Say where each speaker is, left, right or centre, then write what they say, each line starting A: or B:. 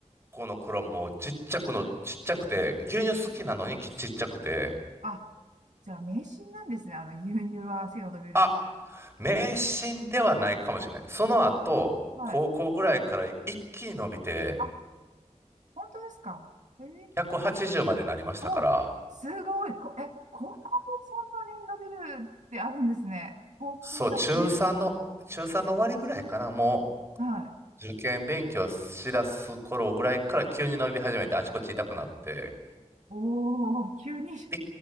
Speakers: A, on the right; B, on the right.
A: 校の頃もちっちゃくの、ちっちゃくて、牛乳好きなのにきちっちゃくて、
B: あ、じゃあ、迷信なんですね。あの、牛乳は背が伸びる。
A: あ、迷信ではないかもしれない。その後、
B: はい。
A: 高校ぐらいから一気に伸びて、
B: あ、本当ですか。ええ
A: 180までなりましたから、
B: お、すごい。こ、え、高校もそんなに伸びるってあるんですね。高校だけで。
A: そう、中3の、中3の終わりぐらいかな、も
B: はい。
A: う、受験勉強しだす頃ぐらいから急に伸び始めて、あちこち痛くなって、
B: おお、急に。
A: い